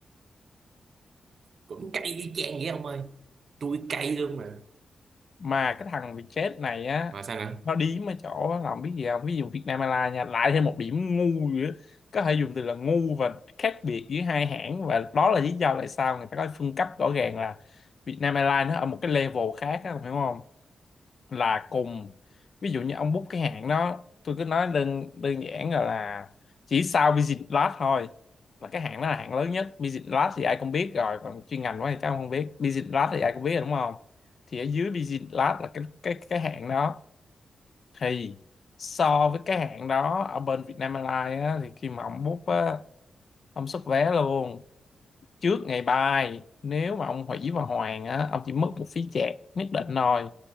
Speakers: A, on the right; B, on the left.
A: cũng cay y chang vậy ông ơi tôi cay luôn mà
B: mà cái thằng Vietjet này á
A: rồi sao nữa
B: nó điếm ở chỗ làm biết gì không ví dụ Vietnam Airlines nha lại thêm một điểm ngu nữa có thể dùng từ là ngu và khác biệt giữa hai hãng và đó là lý do tại sao người ta có phân cấp rõ ràng là Vietnam Airlines nó ở một cái level khác á, ông hiểu không là cùng ví dụ như ông book cái hãng đó tôi cứ nói đơn đơn giản là, là chỉ sau Visit Lab thôi là cái hãng đó là hãng lớn nhất Visit Lab thì ai cũng biết rồi còn chuyên ngành quá thì chắc ông không biết Visit Lab thì ai cũng biết rồi đúng không thì ở dưới Visit Lab là cái cái cái hãng đó thì so với cái hãng đó ở bên Vietnam Airlines á, thì khi mà ông book á, ông xuất vé luôn trước ngày bài nếu mà ông hủy và hoàn á ông chỉ mất một phí chạc nhất định thôi